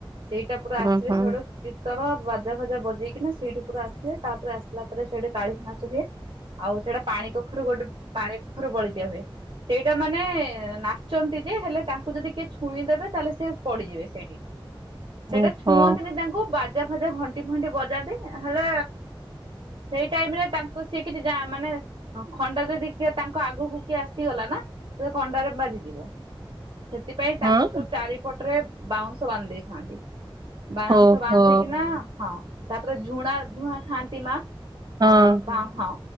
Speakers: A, on the right; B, on the right.
A: ସେଇଟା ପୁରା
B: ଓ
A: ଆସିବେ
B: ହଁ
A: ଛଡ ତର ବାଜା ଫଜା ବଜେଇକିନା ସେଇଠି ପୁରା ଆସ ହଏ ତାପରେ ଆସିଲା ପରେ ସେଇଠି କାଳି ନାଚ ହୁଏ। ଆଉ ସେଇଟା ପାଣି କଖାରୁ ଗୋଟେ ପାଣି କଖାରୁ ବଳି ଦିଆ ହୁଏ। ସେଇଟା ମାନେ ନାଚନ୍ତି ଯେ ହେଲେ ତାଙ୍କୁ ଯଦି କିଏ ଛୁଇଁଦେବେ ତାହେଲେ ସେ ପଡିଯିବେ ସେଇଠି। ସେଇଟା
B: ଓହୋ
A: ଛୁଅନ୍ତିନି ତାଙ୍କୁ ବାଜା ଫାଜା ଘଣ୍ଟି ଫଣ୍ଟି ବଜାନ୍ତି ହେଲେ ସେଇ ଟାଇମ ରେ ତାଙ୍କ ସିଏ କିଛି ଯା ମାନେ ଖଣ୍ଡା ଯଦି କିଏ ତାଙ୍କ ଆଗକୁ କିଏ ଆସିଗଲା ନା ସେ ଖଣ୍ଡାରେ ବାଜିଯିବ। ସେଥିପାଇଁ
B: ହଁ
A: ତାଙ୍କ ଚାରିପଟରେ ବାଉଁଶ ବାନ୍ଧି ଦେଇଥାନ୍ତି। ବାଉଂଶ
B: ଓହୋ
A: ବାନ୍ଧିକିନା ହଁ ତାପରେ ଝୁଣା ଧୂଆଁ ଖାଆନ୍ତି ମା।
B: ହଁ।
A: ଅ ବା ହଁ।